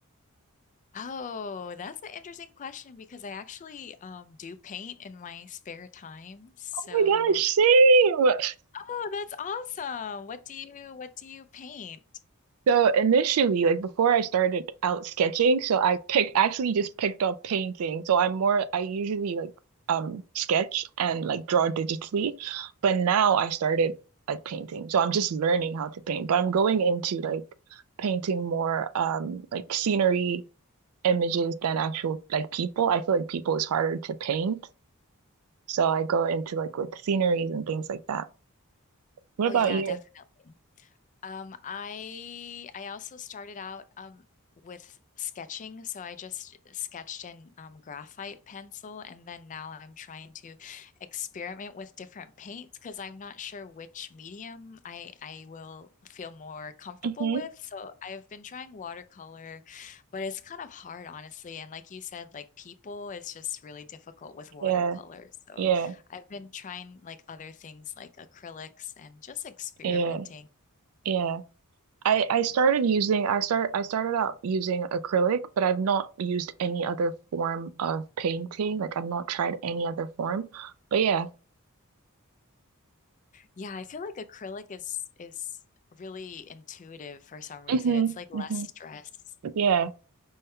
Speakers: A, on the left; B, on the right.
A: oh, that's an interesting question because I actually um, do paint in my spare time. So,
B: Oh my gosh, same.
A: oh, that's awesome. What do you what do you paint?
B: So initially, like before I started out sketching, so I picked actually just picked up painting. So I'm more I usually like um sketch and like draw digitally, but now I started like painting. So I'm just learning how to paint, but I'm going into like painting more um like scenery images than actual like people. I feel like people is harder to paint. So I go into like with sceneries and things like that. What
A: Oh
B: about
A: yeah,
B: you?
A: definitely. Um, I I also started out um, with sketching, so I just sketched in um, graphite pencil, and then now I'm trying to experiment with different paints because I'm not sure which medium I I will feel more comfortable
B: hmm
A: with. So I've been trying watercolor, but it's kind of hard, honestly. And like you said, like people is just really difficult with watercolor.
B: Yeah,
A: So
B: yeah,
A: I've been trying like other things like acrylics and just experimenting.
B: yeah, yeah. I I started using I start I started out using acrylic, but I've not used any other form of painting. Like I've not tried any other form. But yeah.
A: Yeah, I feel like acrylic is is really intuitive for some reason.
B: hmm
A: It's like less
B: hmm
A: stress.
B: Yeah.